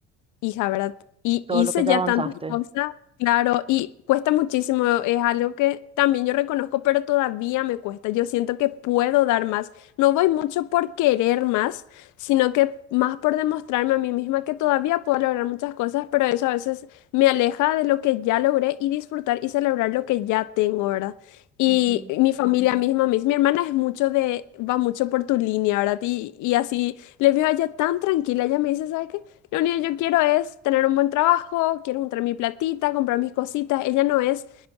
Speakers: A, on the left; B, on the right.
A: Hija, ¿verdad? Y
B: Todo
A: hice
B: lo que ya
A: ya
B: avanzaste.
A: tantas cosas, claro, y cuesta muchísimo, es algo que también yo reconozco, pero todavía me cuesta. Yo siento que puedo dar más. No voy mucho por querer más, sino que más por demostrarme a mí misma que todavía puedo lograr muchas cosas, pero eso a veces me aleja de lo que ya logré y disfrutar y celebrar lo que ya tengo, ¿verdad? Y
B: Ujú,
A: mi familia misma, mis, mi hermana es mucho de, va mucho por tu línea, ¿verdad? Y, y así, le veo a ella tan tranquila, ella me dice, ¿sabes qué? Lo único que yo quiero es tener un buen trabajo, quiero juntar mi platita, comprar mis cositas. Ella no es